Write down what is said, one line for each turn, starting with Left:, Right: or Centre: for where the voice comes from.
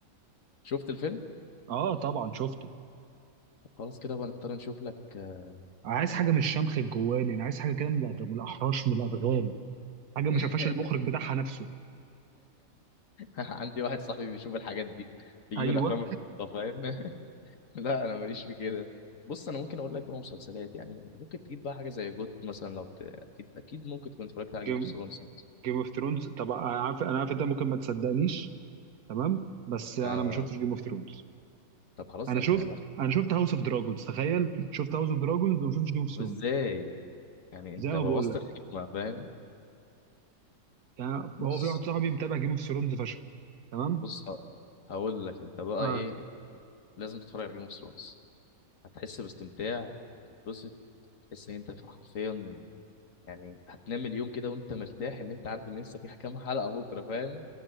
Left: شفت الفيلم
Right: اه طبعا شفته
Left: طب خلاص كده بقى نضطر نشوف لك آه،
Right: عايز
Left: بقى
Right: حاجه من الشمخ الجواني انا عايز حاجه كده من الأد- من الاحراش من الادغال حاجه ما
Left: <laughs>
Right: شافهاش المخرج بتاعها نفسه
Left: عندي واحد صاحبي بيشوف الحاجات دي بيجيب
Right: ايوه
Left: الافلام العبيطة، فاهم <laughs> لا انا ماليش في كده بص انا ممكن اقول لك بقى مسلسلات يعني ممكن تجيب بقى حاجه زي جوت مثلا لو ت... اكيد اكيد ممكن تكون اتفرجت على جيم
Right: جيم
Left: اوف ثرونز
Right: جيم اوف ثرونز طب انا عارف انا عارف انت ممكن ما تصدقنيش تمام بس انا
Left: آه
Right: ما شفتش جيم اوف ثرونز
Left: طب خلاص
Right: انا
Left: ده
Right: شفت
Left: انت يا بخت
Right: انا شفت هاوس اوف دراجونز تخيل شفت هاوس اوف دراجونز وما شفتش جيم اوف ثرونز
Left: طب ازاي يعني انت
Right: زي ما
Left: بوظت
Right: بقول لك
Left: الحكمه فاهم
Right: يعني
Left: بص
Right: هو في واحد صاحبي متابع جيم اوف ثرونز فشخ تمام
Left: بص ه- هقول لك انت بقى
Right: اه
Left: ايه يعني لازم تتفرج على جيم اوف ثرونز هتحس باستمتاع هتتبسط تحس ان انت حرفيا يعني هتنام اليوم كده وانت مرتاح ان انت عارف ان لسه في كام حلقه بكره فاهم